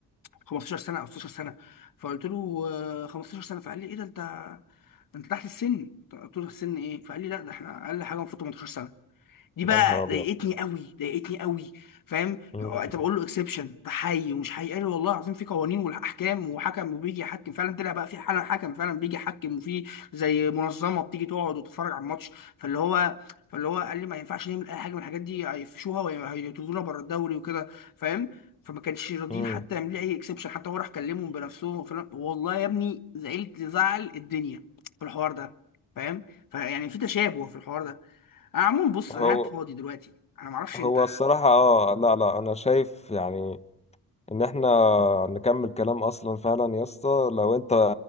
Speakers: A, on the left; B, on the left.
A: 15 سنه او 16 سنه فقلت له آه، 15 سنه فقال لي ايه ده انت انت تحت السن قلت له السن ايه فقال لي لا ده احنا اقل حاجه المفروض 18 سنه دي بقى
B: يا نهار ابيض
A: ضايقتني قوي ضايقتني قوي فاهم
B: مم.
A: طب اقول له اكسبشن ده حي ومش حي قال لي والله العظيم في قوانين والاحكام وحكم وبيجي يحكم فعلا طلع بقى في حالا حكم فعلا بيجي يحكم وفي زي منظمه بتيجي تقعد وتتفرج على الماتش فاللي هو فاللي هو قال لي ما ينفعش نعمل اي حاجه من الحاجات دي هيفشوها وهيطردونا بره الدوري وكده فاهم فما كانش راضيين
B: مم.
A: حتى يعملوا لي اي اكسبشن حتى هو راح كلمهم بنفسهم فأنا- والله يا ابني زعلت زعل الدنيا في الحوار ده فاهم فيعني في تشابه في الحوار ده انا عموما بص انا
B: هو
A: قاعد فاضي دلوقتي انا معرفش
B: هو
A: انت
B: الصراحة اه لا لا انا شايف يعني ان احنا نكمل كلام اصلا فعلا يا اسطى لو انت